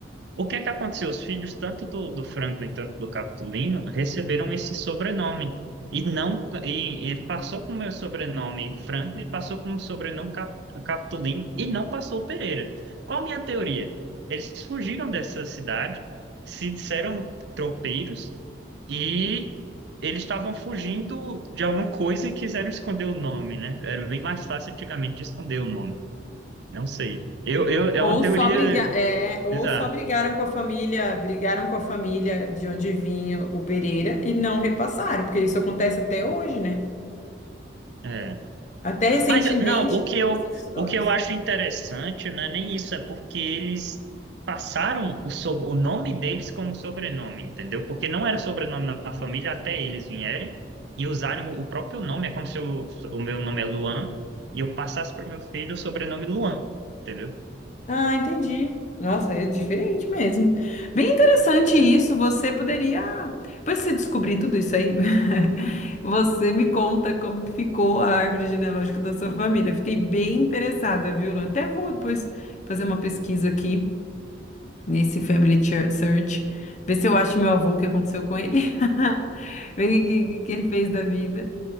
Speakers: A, on the right; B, on the left.
A: O que é que aconteceu? Os filhos, tanto do, do Franklin, tanto do Capitulino, receberam esse sobrenome. E não, e ele passou com o meu sobrenome Franklin, passou com o sobrenome Cap, Capitulino e não passou o Pereira. Qual a minha teoria? Eles fugiram dessa cidade, se disseram tropeiros e eles estavam fugindo de alguma coisa e quiseram esconder o nome, né? Era bem mais fácil antigamente de esconder o nome. Não sei. Eu, eu, é
B: Ou
A: uma teoria
B: só brigar, é, ou
A: bizarra.
B: só brigaram com a família, brigaram com a família de onde vinha o Pereira e não repassaram, porque isso acontece até hoje, né?
A: É.
B: Até recentemente
A: Mas não, o que
B: tem
A: eu,
B: essas histórias.
A: o que eu acho interessante não é nem isso, é porque eles passaram o, sob- o nome deles como sobrenome, entendeu? Porque não era sobrenome na família até eles vierem e usarem o próprio nome. É como se eu- o meu nome é Luan e eu passasse para o meu filho o sobrenome Luan, entendeu?
B: Ah, entendi. Nossa, é diferente mesmo. Bem interessante
A: É,
B: isso. Você poderia, depois que você descobrir tudo isso aí, <laughs> você me conta como que ficou a árvore genealógica da sua família. Fiquei bem interessada, viu? Lu? Até vou depois fazer uma pesquisa aqui nesse Family Che- Search, ver se eu acho meu avô, o que aconteceu com ele, <laughs> ver o que, que que ele fez da vida.